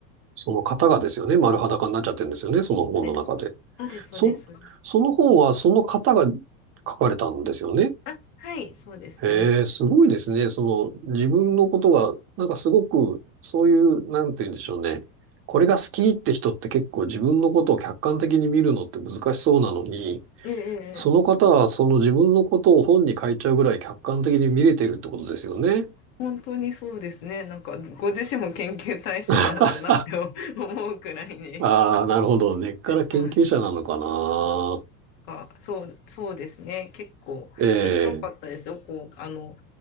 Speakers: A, on the right; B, on the left.
A: その方がですよね、丸裸になっちゃってるんですよね、その本の中で。
B: そうです。そうです、そうです、
A: そ、
B: そうです。
A: その本はその方が書かれたんですよね。
B: あ、はい、そうですね。
A: へえ、すごいですね。その、自分のことが、なんかすごく、そういう、なんて言うんでしょうね。これが好きって人って結構自分のことを客観的に見るのって難しそうなのに、
B: ええ、ええええ
A: その方はその自分のことを本に書いちゃうぐらい客観的に見れてるってことですよね。
B: 本当にそうですね。なんか、ご自身も研究対象なのかなって思うくらいに。
A: <laughs> ああ、なるほど。根っから研究者なのかな。
B: はい。か、そう、そうですね。結構面白かったですよ。
A: ええ、
B: こう、あの、